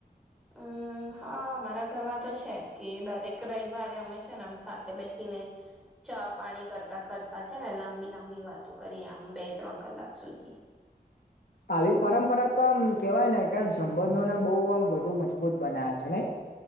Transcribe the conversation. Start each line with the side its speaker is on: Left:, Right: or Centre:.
Centre: અમમ હા અમારા ઘરમા તો છે કે દરેક રવિવારે અમે છે ને સાથે બેસીને ચા પાણી કરતા કરતા છે ને લાંબી લાંબી વાતો કરીએ આમ બે ત્રણ કલાક સુધી.
Left: આવી પરંપરા તો આમ કેવાય ને કે સંબંધોને બહું આમ વધુ મજબૂત બનાવે છે નઈ.